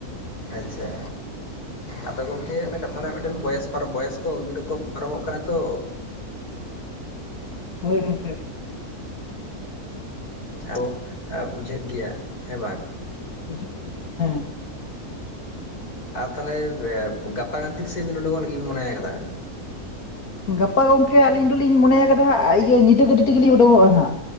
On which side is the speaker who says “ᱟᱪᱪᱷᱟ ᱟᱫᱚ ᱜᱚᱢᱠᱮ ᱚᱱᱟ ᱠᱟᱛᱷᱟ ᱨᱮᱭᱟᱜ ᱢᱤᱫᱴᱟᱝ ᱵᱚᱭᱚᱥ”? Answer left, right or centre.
Left